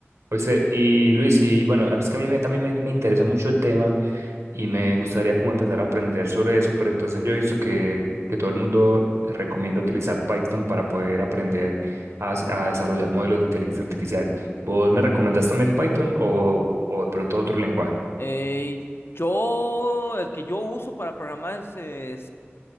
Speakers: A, on the right; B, on the left.
A: oíste, y Luis, y bueno, es que a mí me- también me, me interesa mucho el tema y me gustaría como empezar a aprender sobre eso, pero entonces yo he visto que, que todo el mundo recomienda utilizar Python para poder aprender a, s- a desarrollar modelos de inteligencia artificial. ¿Vos me recomendás también Python o, o de pronto otro lenguaje?
B: Eh, yo, el que yo uso para programar es, eh,